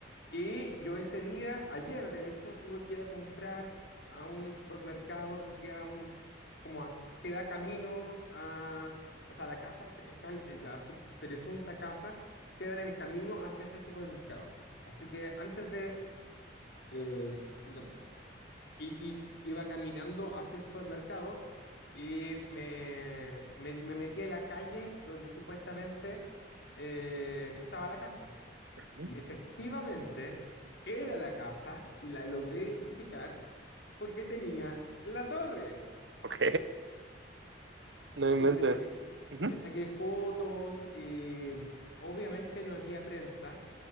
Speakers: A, on the left; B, on the right.
A: y yo ese día, ayer de hecho, tuve que ir a comprar a un supermercado que queda un, como a- queda camino a, o sea, la casa, te- está el- la sup- presunta casa, queda en el camino hacia este supermercado. Así que antes de, eh, digamos, y, y iba caminando hacia el supermercado y me, me, me metí en la calle donde supuestamente eh, estaba la casa.
B: Ujú,
A: Y efectivamente era la casa y la logré identificar porque tenía la torre.
B: Ok. No
A: Así
B: inventes.
A: que le saqué,
B: Ujú.
A: le saqué fotos y obviamente no había prensa,